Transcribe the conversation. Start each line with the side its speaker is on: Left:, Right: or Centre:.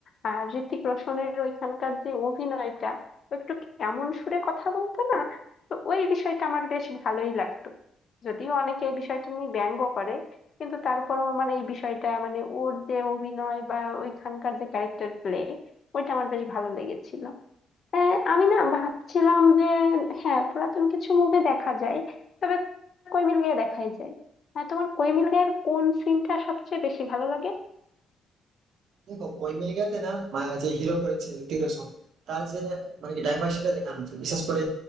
Left: আর হৃতিক রোশনের ওইখানকার যে অভিনয়টা ও একটু কেমন সুরে কথা বলতো না তো ওই বিষয়টা আমার বেশ ভালোই লাগতো যদিও অনেকে এই বিষয়টা নিয়ে ব্যঙ্গ করে কিন্তু তারপরেও আমার এই বিষয়টা মানে ওর যে অভিনয় বা ওইখানকার যে ক্যারেক্টার প্লে ওইটা আমার বেশ ভালো লেগেছিল আহ, আমি না ভাবছিলাম যে হ্যাঁ পুরাতন কিছু মুভি দেখা যায় তবে কই মিল গয়া দেখাই যায় আহ, তোমার কই মিল গয়ার কোন সিনটা সবচেয়ে বেশি ভালো লাগে
Right: দেখো কই মিল গয়াতে না মা- যে হিরো করেছে হৃতিক রোশন তার যে মানে কি ডাইভার্সিটিটা দেখানো হচ্ছে বিশেষ করে